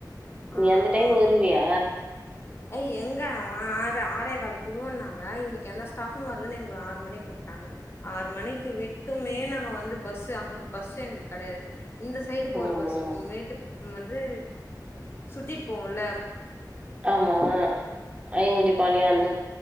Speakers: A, on the right; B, on the left.
A: நீ
B: ஆ
A: அந்த டைம்
B: ஆ
A: வருவியா
B: ஏய் எங்க ஆறு ஆறேக்கால்க்கு உடுவன்னாங்க இன்னைக்கு எந்த ஸ்டாபும் வரலன்னு எங்களுக்கு ஆறு மணிக்கு உட்டாங்க ஆறு மணிக்கு விட்டுமே நாங்க வந்து பஸ்ஸு அங்க பஸ் எங்களுக்கு கெடையாது இந்த சைடு போற
A: ஆமா.
B: பஸ்ஸு மேட்டு வந்து சுத்தி போவோம்ல
A: ஆமா அயங்குடி பாளையம் வந்து